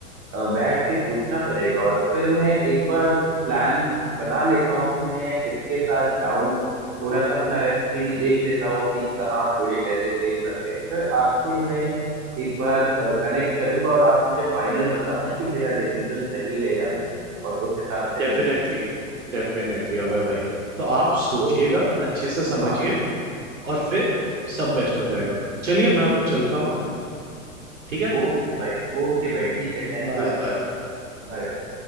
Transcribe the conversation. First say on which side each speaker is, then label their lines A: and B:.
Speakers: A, on the right; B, on the right.
A: अ, बैठ के सोचना पड़ेगा और फिर मैं एक बार प्लान बना लेता हूँ कि मैं किसके साथ जाऊं थोड़ा सा अपना रेस्ट भी देख लेता हूँ कि कहाँ थोड़े पैसे सेफ लग रहे हैं फिर आपसे मैं एक बार कनेक्ट करूंगा और आप मुझे फाइनल बताना कि मेरा डिसीजन सही है या नहीं और उस हिसाब से
B: डेफिनेटली
A: इन्वेस्ट करूंगा
B: डेफिनेटली अबे भाई तो आप सोचिएगा
A: ओ
B: अच्छे से समझिए
A: हाँ हाँ
B: और फिर सब बेस्ट हो जाएगा चलिए मैं अब चलता हूँ ठीक है
A: ओके भाई ओके भाई ठीक है थैंक
B: Bye
A: यू
B: bye
A: Bye bye